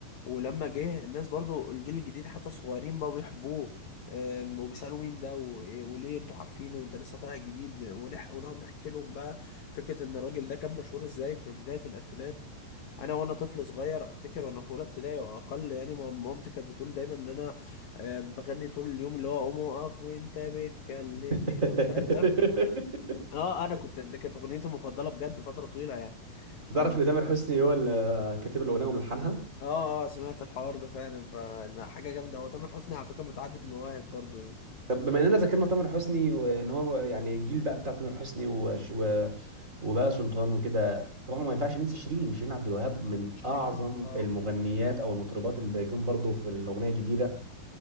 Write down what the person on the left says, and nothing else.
ولما جه الناس برضو الجيل الجديد حتى الصغيرين بقوا بيحبوه أم، وبيسالوه مين ده و- وليه انتوا عارفينه وانت لسه طالع جديد ونح- ونقعد نحكي لهم بقى فكره ان الراجل ده كان مشهور ازاي في بدايه الالفينات انا وانا طفل صغير افتكر وانا في اولى ابتدائي او اقل يعني مامتي كانت بتقول دايما ان انا آه، بغني طول اليوم اللي هو قوم اقف وانت بتكلمني
انت متخيل فاهم اه انا كنت ده كانت اغنيتي المفضله بجد فتره طويله يعني ف
اه اه سمعت الحوار ده فعلا فحاجه جامده هو تامر حسني على فكره متعدد المواهب برضو يعني
شيرين
اه